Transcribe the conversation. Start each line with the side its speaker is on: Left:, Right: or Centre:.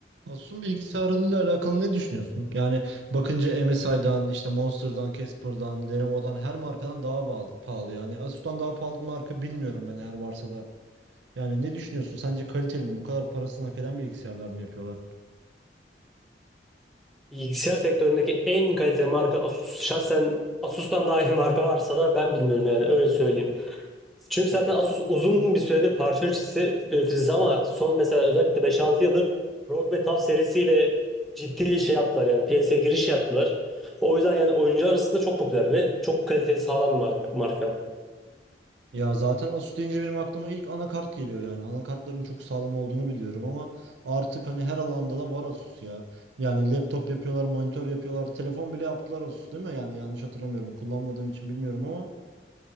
Right: Asus'un bilgisayarlarıyla alakalı ne düşünüyorsun? Yani bakınca MSI'dan, işte Monster'dan, Casper'dan, Lenovo'dan her markadan daha pahalı, pahalı. Yani Asus'tan daha pahalı bir marka bilmiyorum ben eğer varsa da. Yani ne düşünüyorsun? Sence kaliteli mi? Bu kadar parasını hak eden bilgisayarlar mı yapıyorlar?
Centre: Bilgisayar sektöründeki en kaliteli marka Asus. Şahsen Asus'tan daha iyi marka varsa da ben bilmiyorum yani öyle söyleyeyim. Çünkü zaten Asus uzun bir süredir parça üreticisi, üreticisi ama son mesela özellikle beş altı yıldır ROG ve TUF serisiyle ciddi şey yaptılar yani piyasaya giriş yaptılar. O yüzden yani oyuncular arasında çok popüler ve çok kaliteli sağlam bir marka. marka.
Right: Ya zaten Asus deyince benim aklıma ilk anakart geliyor yani. Anakartların çok sağlam olduğunu biliyorum ama artık hani her alanda da var Asus ya. Yani laptop yapıyorlar, monitör yapıyorlar, telefon bile yaptılar Asus değil mi? Yani yanlış hatırlamıyorum. Kullanmadığım için bilmiyorum ama.